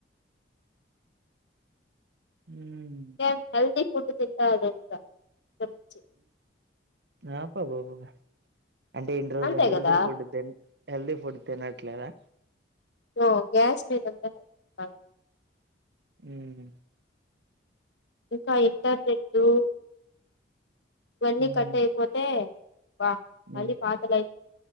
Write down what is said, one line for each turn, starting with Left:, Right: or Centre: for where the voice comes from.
Right: ఉమ్
Left: ఏం హెల్దీ ఫుడ్ తింటారు గంత గురించి
Right: ఆ పబ్బపాబ్బాబ అంటే ఇన్ని రోజులు
Left: అంతే
Right: హెల్దీ
Left: కదా
Right: ఫుడ్ తిన్ హెల్దీ ఫుడ్ తినట్లేదా
Left: ఓ గ్యాస్ నెలంతా రాదు
Right: ఉమ్
Left: ఇంకా ఇంటర్నెట్టు ఇవన్నీ
Right: ఉమ్
Left: కట్ అయిపోతే వా మళ్ళీ
Right: ఉమ్
Left: పాత లైఫ్